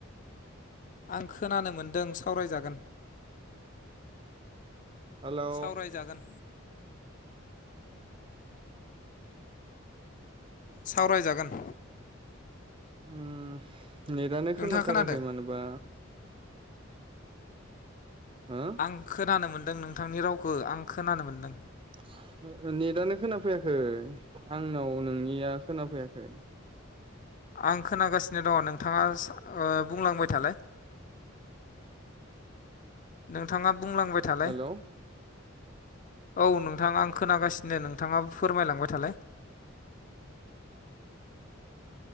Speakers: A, on the left; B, on the right.
A: आं खोनानो मोन्दों सावरायजागोन
B: हेलौ
A: सावरायजागोन सावरायजागोन
B: उम नेटानो
A: नोंथाङा
B: खोनाथाराखै
A: खोनादों
B: मानोबा हो
A: आं खोनानो मोनदों नोंथांनि रावखौ आं खोनानो मोनदों
B: <unintelligible> नेटआनो खोनाफैयाखै आंनाव नोंनिया खोनाफैयाखै
A: आं खोनागासिनो दङ नोंथाङा ओ बुंलांबाय थालाय नोंथाङा बुंलांबाय थालाय
B: हेलौ
A: औ नोंथां आं खोनागासिनो नोंथाङा फोरमायलांबाय थालाय।